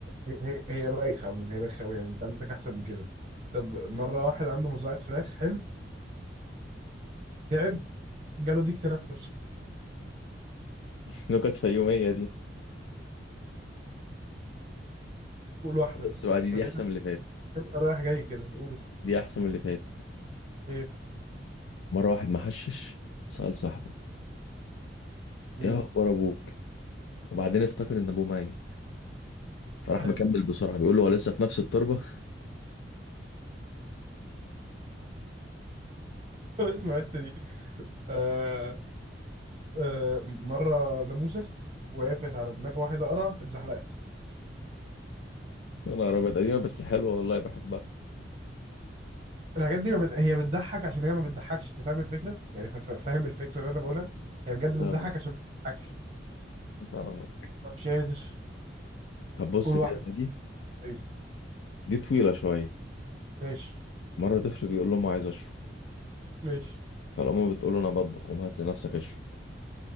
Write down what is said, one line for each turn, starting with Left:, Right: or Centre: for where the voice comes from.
Right: هي هي هي بايخه عموما هي بايخه قوي يعني انت عندك احسن من كده طب مره واحد عنده مزرعه فراخ حلو تعب جاله ديك تنفس
Left: <laughs> نكت فيوميه دي
Right: <laughs> قول واحده
Left: بس بقى دي دي
Right: خلينا
Left: احسن من اللي فاتت
Right: رايح جاي كده قول
Left: دي احسن من اللي فاتت
Right: ايه
Left: مره واحد محشش سأل صاحبه
Right: مم.
Left: ايه اخبار ابوك فبعدين افتكر ان ابوه ميت فراح
Right: حلو
Left: مكمل بسرعة بيقول له هو لسه في نفس التربة
Right: <laughs> اسمع الحته دي آه آه مره ناموسه وقفت على دماغ واحد اقرع اتزحلقت
Left: <laughs> يا نهار أبيض قديمة بس حلوة والله بحبها
Right: الحاجات دي ما بت... هي بتضحك عشان هي ما بتضحكش انت فاهم الفكره يعني ف... ف- فاهم الفكره اللي انا بقولها هي بجد بتضحك
Left: فاهمك
Right: عشان ما بتضحكش
Left: فاهمك
Right: مش قادر
Left: طب بص
Right: قول واحد
Left: كده بقى دي
Right: طيب
Left: دي طويلة شوية
Right: ماشي
Left: مرة طفل بيقول لأمه عايز أشرب
Right: ماشي
Left: فالأم بتقول له أنا بطبخ قوم هات لنفسك أشرب